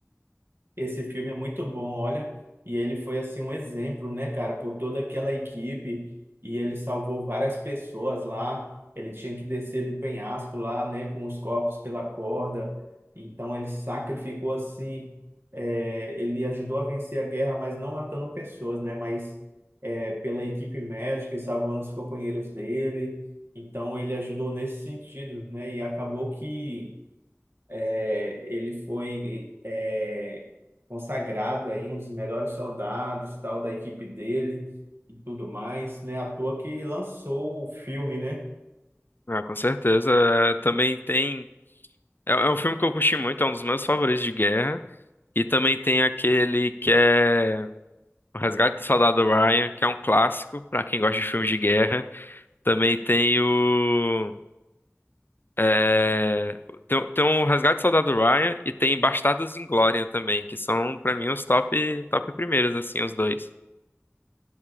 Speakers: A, on the right; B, on the left.
A: Esse filme é muito bom, olha. E ele foi assim um exemplo, né, cara, por toda aquela equipe. E ele salvou várias pessoas lá. Ele tinha que descer do penhasco lá, né, com os corpos pela corda. Então ele sacrificou assim. eh, ele ajudou a vencer a guerra, mas não matando pessoas, né, mas eh, pela equipe médica e salvando os companheiros dele. Então ele ajudou nesse sentido, né? E acabou que é, Ele foi é, consagrado aí um dos melhores soldados, tal da equipe dele e tudo mais, né? À toa que lançou o filme, né?
B: Ah, com certeza. É, Também tem. É, é um filme que eu curti muito, é um dos meus favoritos de guerra. E também tem aquele que é O Resgate do Soldado Ryan, que é um clássico pra quem gosta de filmes de guerra. Também tem o. é, Tem, tem o Resgate do Soldado Ryan e tem Bastardos Inglória também, que são pra mim os top, top primeiros, assim, os dois.